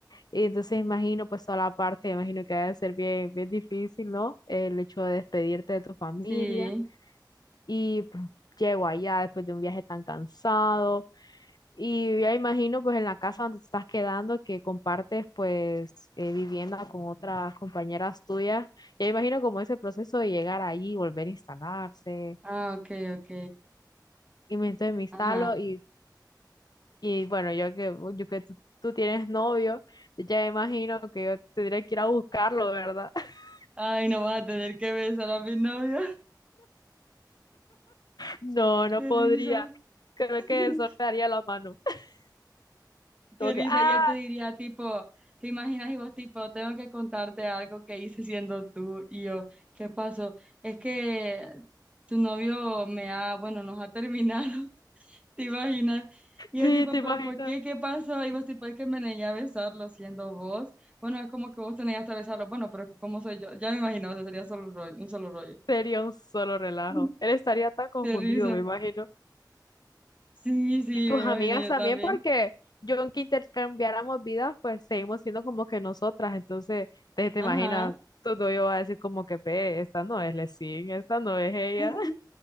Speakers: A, on the left (about 60°); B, on the right (about 15°).
A: Y entonces imagino pues toda la parte, imagino que debe ser bien, bien difícil, ¿no? El hecho de despedirte de tu familia
B: sí.
A: y pues, llego allá después de un viaje tan cansado. Y ya imagino pues en la casa donde te estás quedando que compartes pues eh, vivienda con otras compañeras tuyas. Ya imagino como ese proceso de llegar allí, volver a instalarse.
B: Ah, ok, ok.
A: Y me- entonces me instalo
B: Ajá.
A: y Y bueno, yo que, yo que tú, tú tienes novio, ya imagino que yo tendría que ir a buscarlo, ¿verdad? <laughs>
B: Ay, no vas a tener que besar a mi novia.
A: No, no
B: <laughs> Qué
A: podría.
B: risa.
A: Creo
B: <laughs>
A: que eso me daría la mano. <laughs>
B: Qué
A: Como
B: risa.
A: que, ah,
B: Y él te diría tipo, ¿te imaginas y vos tipo, tengo que contarte algo que hice siendo tú y yo, ¿qué pasó? Es que tu novio me ha, bueno, nos ha terminado. ¿Te imaginas? Y
A: sí,
B: es tipo,
A: te imaginas.
B: ¿pero por qué? ¿Qué pasó? Y vos tipo, es que me negué a besarlo siendo vos. Bueno, es como que vos te negaste a besarlo. Bueno, pero es que como soy yo, ya me imagino, o sea, sería solo un rollo, un solo rollo.
A: Sería un solo relajo.
B: <laughs>
A: Él estaría tan confundido,
B: Qué risa.
A: me imagino.
B: Sí, sí,
A: Y tus
B: me imagino
A: amigas
B: yo
A: también,
B: también.
A: porque yo aunque intercambiáramos vidas, pues seguimos siendo como que nosotras. Entonces, te, te
B: Ajá.
A: imaginas, todo yo va a decir como que, ve, esta no es Lesin, esta no es ella.
B: <laughs>